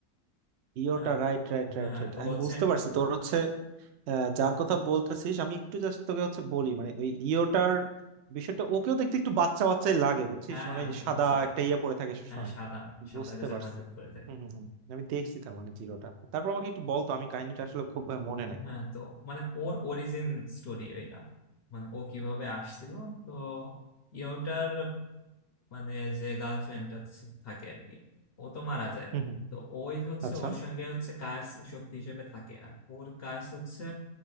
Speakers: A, on the right; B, on the left.
A: Yuta
B: হ্যাঁ
A: right right
B: হ্যাঁ
A: right
B: হ্যাঁ,
A: right
B: তো
A: আমি
B: হচ্ছে
A: বুঝতে পারছি তোর হচ্ছে আহ, যার কথা বলতেছিস আমি একটু জাস্ট তোকে হচ্ছে বলি মানে ওই ইয়োটার বিষয়টা ওকেও দেখতে একটু বাচ্চা বাচ্চাই লাগে বুঝছিস
B: হ্যাঁ
A: মানে
B: হ্যাঁ
A: ওই
B: ও
A: যে
B: তো
A: সাদা
B: বাচ্চা
A: একটা ইয়ে পড়ে থাকে সবসময়
B: হ্যাঁ সাদা সাদা
A: বুঝতে
B: জামাতে
A: পারছি
B: পরে থাকে
A: হুম হুম হুম আমি দেখছি তার মানে জিরোটা তারপর আমাকে একটু বলতো আমি কাহিনীটা আসলে খুব ভাবে মনে নাই
B: হ্যাঁ তো মানে ওর অরিজিন স্টোরি এটা মানে ও কিভাবে আসছিল তো ইয়োটার মানে যে গার্লফ্রেন্ডটা থাকে আর কি ও তো মারা যায়
A: হুম হুম
B: তো ওই হচ্ছে
A: আচ্ছা
B: ওর সঙ্গে হচ্ছে কার্স শক্তি হিসেবে থাকে আর ওর কার্স হচ্ছে